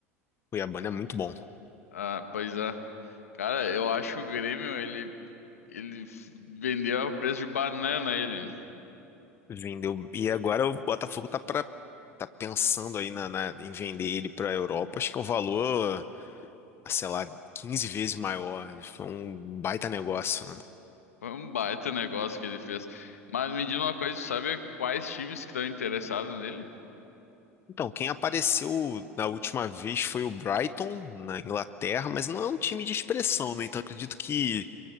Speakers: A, on the left (about 30°); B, on the left (about 80°).
A: Cuiabana é muito bom.
B: Ah, pois é. Cara, eu acho que o Grêmio, ele, ele f- vendeu a preço de banana ele. né?
A: Vendeu. E agora o Botafogo tá para tá pensando aí na, na- em vender ele para a Europa. Acho que é um valor, ah, sei lá, 15 vezes maior. Foi um baita negócio, né?
B: Foi um baita negócio que ele fez. Mas me diz uma coisa, tu sabe quais times que estão interessados nele?
A: Então, quem apareceu na última vez foi o Brighton, na Inglaterra, mas não é um time de expressão, né? Então acredito que,